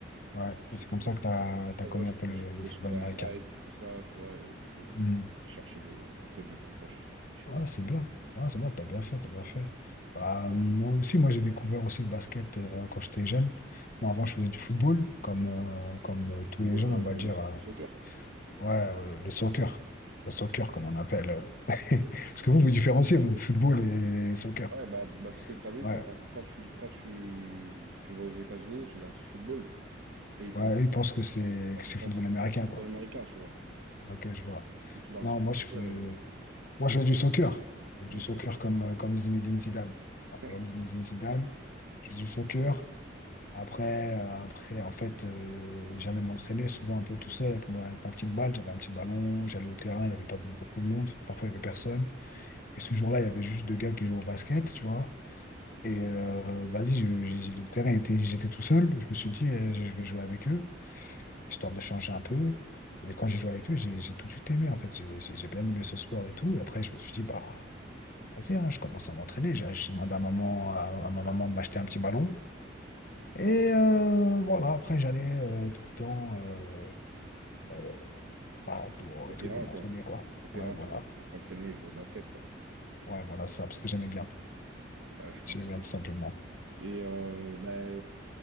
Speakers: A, on the left; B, on the right.
A: Ouais.
B: Je
A: Et
B: suis
A: c'est
B: tombé.
A: comme ça que tu as,
B: bon, En
A: connu
B: vrai, je
A: un peu le,
B: je suis
A: le
B: tombé
A: football
B: sur des
A: américain.
B: highlights, tout ça, tu vois, et du coup, j'ai
A: Hmm.
B: j'ai cherché le, le club le plus proche de chez
A: Ouais,
B: moi.
A: c'est bien. Ouais, c'est bien, t'as bien fait, t'as bien fait. Bah, moi aussi, moi j'ai découvert aussi le basket euh, quand j'étais jeune. Moi avant je faisais du football, comme, euh, comme euh, tous
B: Football,
A: les jeunes,
B: euh,
A: on va dire.
B: le,
A: euh,
B: le soccer.
A: ouais, euh, le soccer. Le soccer, comme on appelle. euh. <laughs> Parce que vous, vous différenciez, vous, football et soccer.
B: Ouais, bah, bah parce que t'as vu,
A: Ouais.
B: quand, quand tu, quand tu, tu vas aux États-Unis, tu leur dis football, et ils
A: Ouais,
B: pensent,
A: ils pensent que
B: euh,
A: c'est que
B: ils
A: c'est
B: pensent,
A: football américain,
B: ils pensent
A: quoi.
B: football américain, tu vois.
A: Ok, je vois.
B: Si tu leur
A: Non,
B: dis pas
A: moi je
B: soccer,
A: fais
B: euh,
A: moi je fais du soccer. Du
B: ok.
A: soccer comme, euh, comme Zinedine Zidane. Ouais,
B: <laughs>
A: Comme Zinedine Zidane. Je fais du soccer. Après, euh, après, en fait, euh, j'allais m'entraîner souvent un peu tout seul avec ma, avec ma petite balle. J'avais un petit ballon, j'allais au terrain, il y avait pas beaucoup de monde. Parfois, il y avait personne. Et ce jour-là, il y avait juste deux gars qui jouaient au basket, tu vois. Et euh, vas-y, je- j'ai- le terrain était, j'étais tout seul. Je me suis dit, euh, je je vais jouer avec eux, histoire de changer un peu. Et quand j'ai joué avec eux, j'ai j'ai tout de suite aimé, en fait. J'ai j'ai- j'ai bien aimé ce sport et tout. Et après, je me suis dit, bah, vas-y, hein, je commence à m'entraîner. J'ai j'ai demandé à maman, à à ma maman de m'acheter un petit ballon. Et
B: Ouais,
A: euh, voilà, après j'allais euh, tout le temps euh, euh, bah, dehors
B: Au
A: et
B: terrain,
A: tout pour m'entraîner,
B: quoi.
A: quoi.
B: Au terrain
A: Ouais, voilà.
B: pour, pour t'entraîner et jouer au basket, quoi.
A: Ouais, voilà ça, parce que j'aimais bien.
B: Ouais, je comprends.
A: J'aimais bien tout simplement.
B: Et euh, bah,